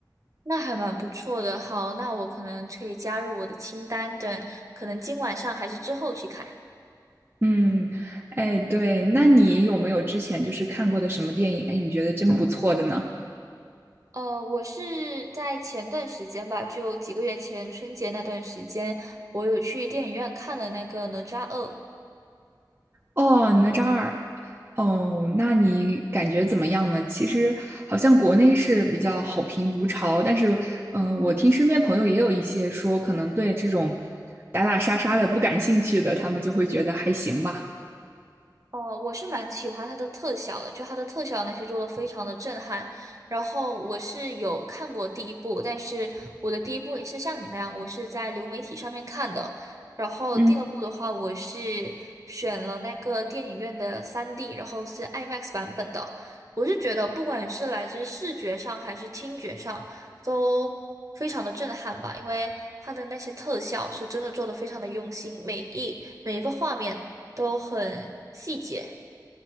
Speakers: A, on the right; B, on the right.
A: 那还蛮不错的。好，那我可能可以加入我的清单，等可能今晚上还是之后去看。
B: 嗯，哎，对，那你有没有之前就是看过的什么电影？哎，你觉得真不错的呢？
A: 呃，我是在前段时间吧，就几个月前春节那段时间，我有去电影院看了那个《哪吒二》。
B: 哦，哪吒二，哦，那你感觉怎么样呢？其实好像国内是比较好评如潮，但是，嗯、我听身边朋友也有一些说，可能对这种打打杀杀的不感兴趣的，他们就会觉得还行吧。
A: 哦，我是蛮喜欢它的特效的，就它的特效那些做的非常的震撼。然后我是有看过第一部，但是我的第一部也是像你那样，我是在流媒体上面看的。然后第二部的话，
B: 嗯，
A: 我是选了那个电影院的 3D，然后是 IMAX 版本的。我是觉得不管是来自视觉上还是听觉上，都非常的震撼吧，因为它的那些特效是真的做的非常的用心，每一。每一个画面都很细节